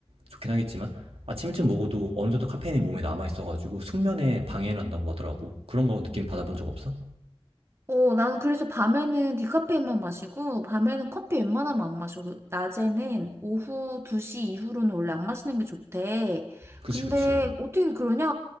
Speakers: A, on the right (about 80°); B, on the right (about 25°).
A: 좋긴 하겠지만 아침 일찍 먹어도 어느 정도 카페인이 몸에 남아 있어가지고 숙면에 방해를 한다고 하더라고. 그런 거 느낌 받아본 적 없어?
B: 어, 나는 그래서 밤에는 디카페인만 마시고, 밤에는 커피 웬만하면 안 마셔. 그 낮에는 오후 2시 이후로는 원래 안 마시는 게 좋대.
A: 그치
B: 근데
A: 그치.
B: 어떻게 그러냐?